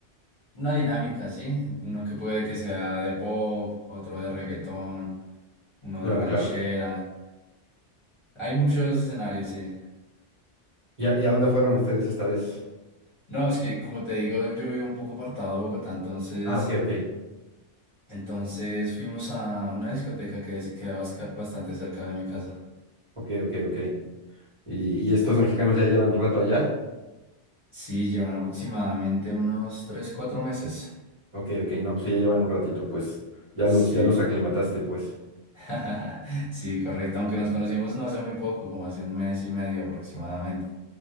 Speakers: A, on the left; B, on the right.
A: una dinámica, ¿sí? Uno que puede que sea de pop, otro de reggaetón, uno
B: Claro,
A: de ranchera.
B: claro.
A: Hay muchos escenarios, sí.
B: ¿Y a, y a dónde fueron ustedes esta vez?
A: No, es que como te digo, yo vivo un poco apartado de Bogotá, entonces,
B: Ah, ok, ok,
A: entonces fuimos a una discoteca que se- queda basca- bastante cerca de mi casa.
B: ok, ok, ok. ¿Y, y estos mexicanos ya llevan un rato allá?
A: Sí, llevan aproximadamente unos 3 4 meses.
B: Ok, ok, no, pues sí, ya llevan un ratito, pues. Ya
A: Sí,
B: los, ya los aclimataste, pues.
A: <laughs> sí, correcto, aunque nos conocimos no hace muy poco, como hace un mes y medio aproximadamente.